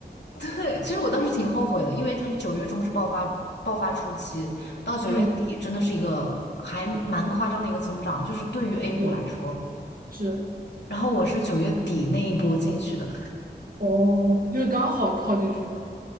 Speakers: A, on the left (about 80°); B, on the right (about 55°).
A: <laughs> 对，其实我当时挺后悔的，因为它是九月中是爆发爆发初期，到九月底真的是一个还蛮夸张的一个增长，
B: <laughs> 嗯，
A: 就是对于 A 股来说。
B: 是是，
A: 然后我是九月底那一波进去的，
B: 哦，就是刚好套进去了。